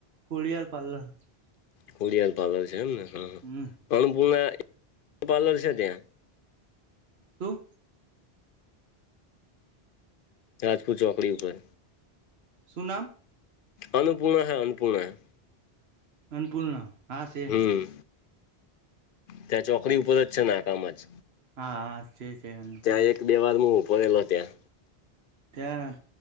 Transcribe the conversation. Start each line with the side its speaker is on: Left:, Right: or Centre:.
Right: ખોળિયાર પાર્લર
Left: ખોડિયાર પાર્લર છે એમ ને હ
Right: હમ
Left: અન્નપૂર્ણા પાર્લર છે ત્યાં
Right: સુું
Left: રાજપુત ચોકડી ઉપર
Right: શુ નામ
Left: અનુપૂર્ણા હૈ અન્નપૂર્ણા હૈ
Right: અન્નપૂર્ણા હા છે
Left: હમ ત્યાં ચોકડી ઉપર જ છે નાકામાં જ
Right: હા હા છે છે અન્નપૂર્ણા
Left: ત્યાં એક બે વાર હું ઉભો રહેલો ત્યાં
Right: ત્યાં